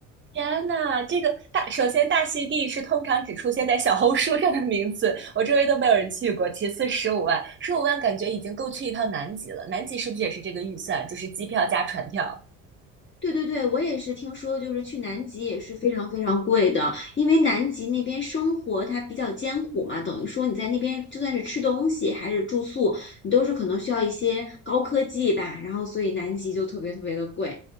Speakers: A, on the right; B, on the left.
A: 天呐，这个大，首先大溪地是通常只出现在小红书上的名字，我周围都没有人去过。其次，十五万，十五万感觉已经够去一趟南极了。南极是不是也是这个预算，就是机票加船票？
B: 对对对，我也是听说，就是去南极也是非常非常贵的，因为南极那边生活它比较艰苦嘛，等于说你在那边就算是吃东西还是住宿，你都是可能需要一些高科技吧，然后所以南极就特别特别的贵，